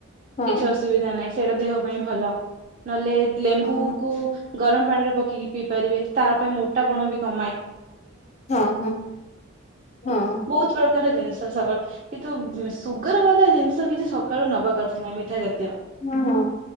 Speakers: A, on the left; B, on the right.
A: ହଁ
B: କିଛି ଅସୁବିଧା ନାହିଁ। ସେଟା ଦେହ ପାଇଁ ଭଲ ନହେଲେ ଲେମ୍ବୁକୁ
A: ହଁ
B: ଗରମ ପାଣି ରେ ପକେଇକି ପିଇ ପାରିବେ ତା ପାଇଁ ମୋଟା ପଣ ବି କମାଇ
A: ହଁ ହଁ ହଁ।
B: ବହୁତ ପ୍ର ତାର ଜିନିଷ ସକାଳୁ କିନ୍ତୁ ସୁଗାର ବାଲା ଜିନିଷ କିଛି ସକାଳୁ ନବା କଥା ନାହିଁ ମିଠା ଜାତି
A: ହଁ ହଁ